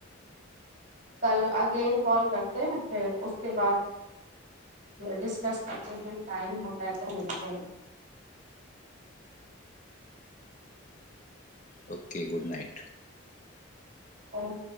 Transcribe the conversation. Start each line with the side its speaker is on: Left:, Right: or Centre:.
Right: کل اگین کال کرتے ہیں پھر اس کے بعد ڈسکس کرتے ٹائم ہوتا ہے تو ملتے ہیں
Left: اوکے گڈ نائٹ
Right: او <unintelligible>